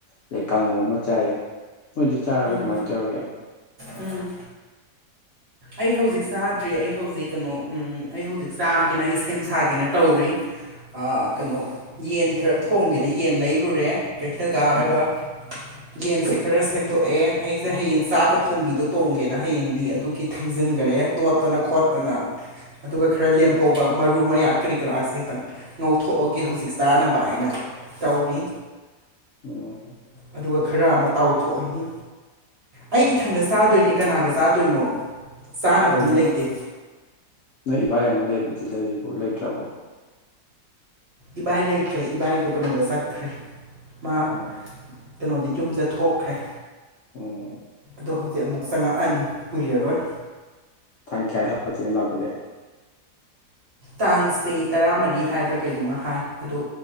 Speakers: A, on the left (about 65°); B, on the right (about 45°).
A: ꯑꯗꯩ ꯀꯥꯡꯉꯨ ꯑꯃ ꯆꯥꯏꯌꯦ ꯅꯣꯏꯗꯤ ꯆꯥꯔꯕ
B: ꯎꯝ
A: ꯀꯃꯥꯏꯟ ꯇꯧꯔꯒꯦ
B: ꯎꯝ ꯑꯩ ꯍꯧꯖꯤꯛ ꯆꯥꯗ꯭ꯔꯤ ꯑꯩ ꯍꯧꯖꯤꯛ ꯀꯩꯅꯣ ꯎꯝ ꯑꯩ ꯍꯧꯖꯤꯛ ꯆꯥꯒꯦꯅ ꯑꯩ ꯁꯦꯝ ꯁꯥꯒꯦꯅ ꯇꯧꯔꯤ ꯑ ꯀꯩꯅꯣ ꯌꯦꯟ ꯈꯔ ꯊꯣꯡꯒꯦꯅ ꯌꯦꯟ ꯂꯩꯔꯨꯔꯦ ꯀꯩꯊꯦꯜ ꯀꯥꯔꯒ ꯌꯦꯟꯁꯦ ꯈꯔ ꯁꯦꯝꯗꯣꯛꯑꯦ ꯑꯩꯖꯦ ꯍꯌꯦꯡ ꯆꯥꯛꯀ ꯊꯣꯡꯕꯤꯗꯣ ꯇꯣꯡꯒꯦꯅ ꯍꯌꯦꯡꯗꯤ ꯑꯗꯨꯒꯤ ꯊꯝꯖꯤꯟꯒꯔꯦ ꯇꯣꯠꯇꯅ ꯈꯣꯠꯇꯅ ꯑꯗꯨꯒ ꯈꯔ ꯂꯦꯝꯍꯧꯕ ꯃꯔꯨ ꯃꯌꯥꯝ ꯀꯔꯤ ꯀꯔꯥꯥꯁꯤ ꯇꯪ ꯉꯧꯊꯣꯛꯑꯒꯦ ꯍꯧꯖꯤꯛ ꯆꯥꯅꯕ ꯍꯥꯏꯅ ꯇꯧꯔꯤ
A: ꯑꯣ ꯑꯣ
B: ꯑꯗꯨꯒ ꯈꯔ ꯑꯃ ꯇꯥꯎꯊꯣꯛꯑꯅꯤ ꯑꯩ ꯏꯊꯟꯗ ꯆꯥꯗꯣꯏꯅꯤ ꯀꯅꯥꯒ ꯆꯥꯗꯣꯏꯅꯣ ꯆꯥꯅꯕ ꯃꯤ
A: ꯅꯣꯏ
B: ꯂꯩꯇꯦ
A: ꯅꯣꯏ ꯏꯕꯥꯏ ꯑꯃ ꯂꯩꯕꯗꯨꯗꯤ ꯂꯩꯔꯤꯕꯣ ꯂꯩꯇ꯭ꯔꯕꯣ
B: ꯏꯕꯥꯏ ꯂꯩꯇ꯭ꯔꯦ ꯏꯕꯥꯏꯗꯣ ꯀꯩꯅꯣꯗ ꯆꯠꯈ꯭ꯔꯦ ꯃꯥ
A: ꯎꯝ
B: ꯀꯩꯅꯣꯗꯤ ꯌꯨꯝꯗ ꯊꯣꯛꯈ꯭ꯔꯦ
A: ꯑꯣ
B: ꯑꯗꯣ ꯍꯧꯖꯤꯛ ꯑꯃꯨꯛ ꯆꯪꯉꯛꯑꯅꯤ ꯀꯨꯏꯔꯔꯣꯏ
A: ꯇꯥꯡ ꯀꯌꯥ ꯂꯥꯛꯀꯗꯣꯏꯅꯣ ꯂꯥꯛꯄꯗꯤ
B: ꯇꯥꯡꯁꯦ ꯇꯔꯥꯃꯔꯤ ꯍꯥꯏꯕ꯭ꯔꯥ ꯀꯩꯅꯣꯝꯃ ꯍꯥꯏ ꯑꯗꯣ